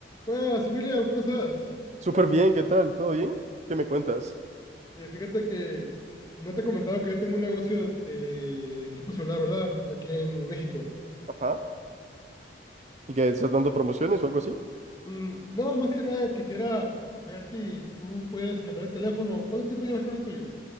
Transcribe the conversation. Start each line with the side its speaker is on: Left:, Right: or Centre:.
Left: Buenas, William, ¿cómo estás?
Right: Súper bien, ¿qué tal? ¿Todo bien? ¿Qué me cuentas?
Left: Oye, fíjate que no te he comentado que yo tengo un negocio de, de equipo celular, ¿verdad? Aquí en México.
Right: Ajá. ¿Y que estás dando promociones o algo así?
Left: Mm, no, más que nada quisiera ver si tú puedes cambiar el teléfono. ¿Cuánto tiempo llevas con el tuyo?